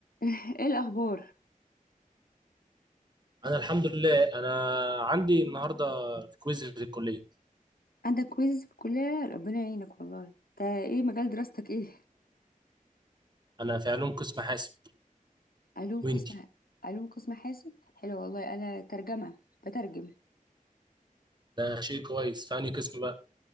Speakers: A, on the left (about 85°); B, on the right (about 30°).
A: ايه الاخبار
B: انا الحمد لله انا عندي النهارده كويز في الكليه
A: عندك كويز في الكليه ربنا يعينك والله انت ايه مجال دراستك ايه
B: انا في علوم قسم حاسب
A: علوم
B: وانتي
A: قسم علوم قسم حاسب حلو والله انا ترجمه بترجم
B: ده شيء كويس في انهي قسم بقى